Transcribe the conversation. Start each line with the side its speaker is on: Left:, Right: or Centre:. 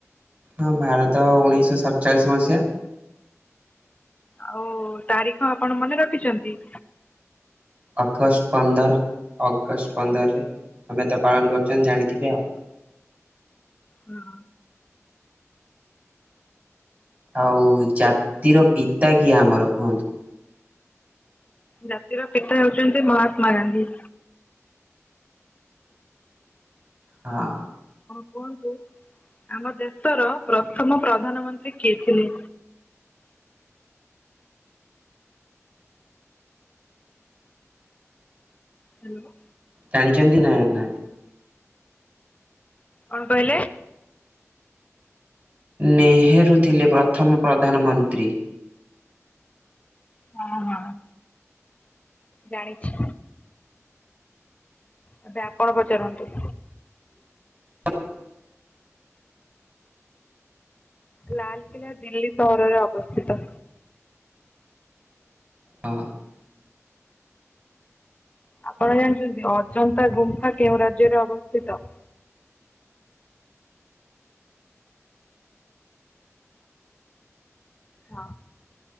Right: ହଁ ଭାରତ ଉଣେଇଶହ ସତଚାଳିଶ ମସିହା
Left: ଆଉ ତାରିଖ ଆପଣ ମନେ ରଖିଛନ୍ତି?
Right: ଅଗଷ୍ଟ ପନ୍ଦର ଅଗଷ୍ଟ ପନ୍ଦର ଆମେ ତ ପାଳନ କରୁଛ ଜାଣିଥିବେ ଆଉ।
Left: ହଁ।
Right: ଆଉ ଜାତିର ପିତା କିଏ ଆମର କୁହନ୍ତୁ?
Left: ଜାତିର ପିତା ହେଉଛନ୍ତି ମହାତ୍ମା ଗାନ୍ଧୀ।
Right: ହଁ।
Left: କୁହନ୍ତୁ ଆମ ଦେଶର ପ୍ରଥମ ପ୍ରଧାନମନ୍ତ୍ରୀ କିଏ ଥିଲେ? ହ୍ୟାଲୋ।
Right: ଜାଣିଛନ୍ତି ନା ନାଁ?
Left: କଣ କହିଲେ?
Right: ନେହେରୁ ଥିଲେ ପ୍ରଥମ ପ୍ରଧାନମନ୍ତ୍ରୀ।
Left: ହଁ ହଁ। ଜାଣଛି। ଏବେ ଆପଣ ପଚାରନ୍ତୁ।
Right: ଆ
Left: ଲାଲକିଲ୍ଲା ଦିଲ୍ଲୀ ସହରରେ ଅବସ୍ଥିତ।
Right: ଆ
Left: ଆପଣ ଜାଣିଛନ୍ତି ଅଜନ୍ତା ଗୁମ୍ଫା କେଉଁ ରାଜ୍ୟରେ ଅବସ୍ଥିତ? ହଁ